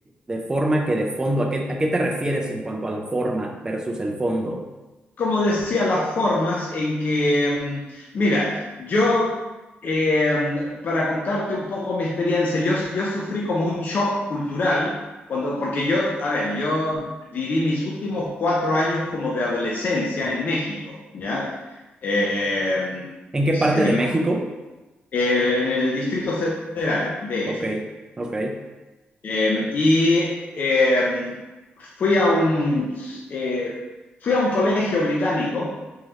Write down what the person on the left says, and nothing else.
Como decía, las formas en que, mm, mira, yo, eh, para contarte un poco mi experiencia, yo, yo sufrí como un shock cultural, cuando, porque yo, a ver, yo viví mis últimos cuatro años como de adolescencia en México, ¿ya? Eh,
digamos,
el- en el Distrito Federal, DF.
Eh, y eh, fui a un, eh, fui a un colegio británico,